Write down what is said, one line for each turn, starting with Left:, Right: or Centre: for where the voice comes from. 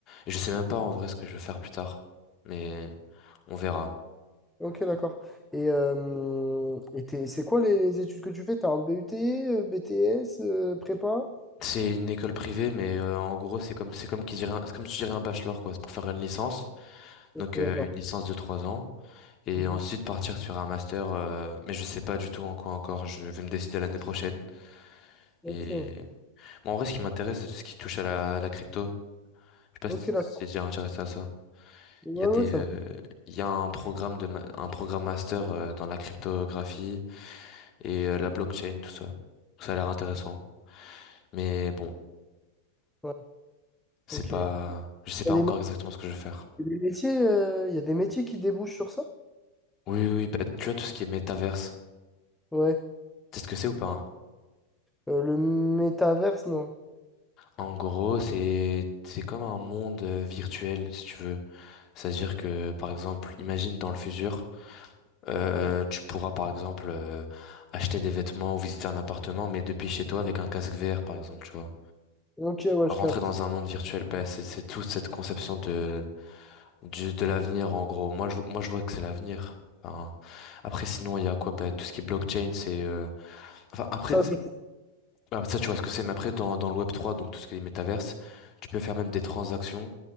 Left: et je sais même pas en vrai ce que je veux faire plus tard. Mais, on verra.
Centre: Ok, d'accord. Et, euh, et t'es- c'est quoi les, les études que tu fais? T'as un BUT, euh, BTS, euh, prépa?
Left: C'est une école privée, mais euh, en gros, c'est comme c'est comme qui dirait un- c'est comme si tu dirais un bachelor quoi, c'est pour faire une licence.
Centre: Ok,
Left: Donc
Centre: d'accord.
Left: euh, une licence de trois ans et
Centre: Mhm.
Left: ensuite partir sur un master. euh, mais je sais pas du tout en quoi encore. Je vais me décider l'année prochaine.
Centre: Ok,
Left: Et moi, en vrai, ce qui m'intéresse, c'est tout ce qui touche à la, à la crypto. Je sais pas
Centre: ok,
Left: si
Centre: d'accord.
Left: t'es déjà intéressé à ça.
Centre: Ouais,
Left: Il y a des
Centre: ouais, ça
Left: euh,
Centre: me-
Left: il y a un programme de ma- un programme master euh, dans la cryptographie et euh, la blockchain, tout ça. Ça a l'air intéressant. Mais bon,
Centre: ouais,
Left: c'est
Centre: ok.
Left: pas
Centre: Il
Left: je sais pas
Centre: y a des,
Left: encore
Centre: mé-
Left: exactement ce que je vais faire.
Centre: il y a des métiers, euh, il y a des métiers qui débouchent sur ça?
Left: Oui, oui, oui, bah, tu vois, tout ce qui est métaverse.
Centre: Ouais.
Left: Tu sais ce que c'est ou pas? hein
Centre: Euh, le métaverse, non.
Left: En gros, c'est c'est comme un monde euh, virtuel, si tu veux. C'est-à-dire que, par exemple, imagine dans le futur, euh, tu pourras, par exemple, euh, acheter des vêtements ou visiter un appartement, mais depuis chez toi avec un casque VR, par exemple, tu vois.
Centre: Ok, ouais,
Left: Rentrer
Centre: je capte.
Left: dans un monde virtuel, bah, c'est c'est toute cette conception de, du, de l'avenir, en gros. Moi, je, moi, je vois que c'est l'avenir. Enfin, après, sinon, il y a quoi? Bah, tout ce qui est blockchain, c'est... euh, Enfin, après,
Centre: Ça, je...
Left: Ah, ça, tu vois ce que c'est, mais après, dans, dans le web trois donc tout ce qui est métaverse, tu peux faire même des transactions